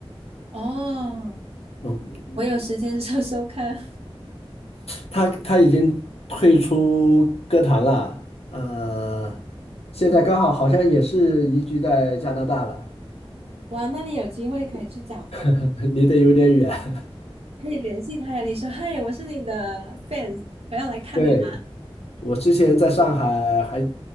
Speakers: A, on the right (about 80°); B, on the left (about 85°).
A: 哦，
B: 嗯，
A: 我有时间 <laughs> 搜搜看。
B: 他他已经退出歌坛了。呃，现在刚好好像也是移居在加拿大了，
A: <laughs> 嗯，哇，那你有机会可以去找他。
B: <laughs> 离得有点远。<laughs>
A: 可以联系他呀，你说嗨，我是你的 fans，我要来看你了。
B: 对，我之前在上海还